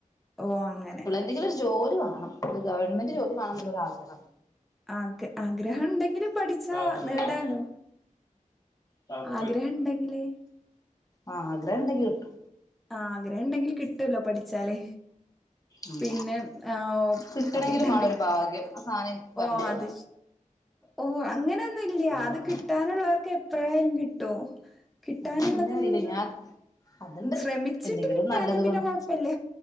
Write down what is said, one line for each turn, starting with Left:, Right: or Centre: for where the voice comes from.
Centre: ഓ അങ്ങനെ
Left: എന്തെങ്കിലൊരു ജോലി വേണം ഒരു ഗവൺമെന്റ് ജോലി വേണംന്നുള്ളൊരു ആഗ്രഹം
Centre: ആഗ ആഗ്രഹം ഉണ്ടെങ്കിലും പഠിച്ചാ
Left: താത്തണ്ടോ
Centre: നേടാലോ
Left: അവിടെ താത്ത
Centre: ആഗ്രഹം ഉണ്ടെങ്കിലേ
Left: ആഹ് ആഗ്രഹണ്ടയ് കിട്ടു
Centre: ആ ആഗ്രഹം ഉണ്ടെങ്കിൽ കിട്ടല്ലോ പഠിച്ചാല്
Left: ഉം
Centre: പിന്നെ ആഹ
Left: കിട്ടണെങ്കിലും
Centre: പിന്നെ എന്തൊക്കെ
Left: വേണം ഒരു ഭാഗ്യം ആ സാധനം എനിക്ക് പറഞ്ഞിട്ടില്ല
Centre: ഓ അത് ഓ അങ്ങനെയൊന്നും ഇല്ല
Left: ആഹ്
Centre: അത് കിട്ടാനുള്ളവർക്ക് എപ്പോഴായാലും കിട്ടും കിട്ടാനുള്ളതെന്നന്ന്
Left: അതെന്നെ അറിയില്ല ഞാൻ അതുണ്ട്
Centre: ശ്രമിച്ചിട്ട്
Left: എന്തെങ്കിലും
Centre: കിട്ടാഞ്ഞ
Left: നല്ലത്
Centre: പിന്നെ
Left: കൊണ്ട്
Centre: കൊഴപ്പില്ല